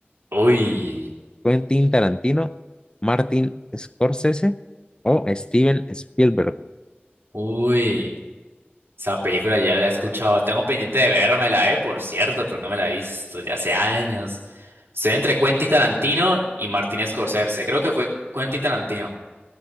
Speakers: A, on the right; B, on the left.
A: Uy,
B: ¿Quentin Tarantino, Martin Scorsese o Steven Spielberg?
A: uy, esa película ya la he escuchado. Tengo pendiente de vérmela, eh, por cierto, pero no me la he visto ya hace años. Estoy entre Quentin Tarantino y Martin Scorsese. Creo que fue Quentin Tarantino.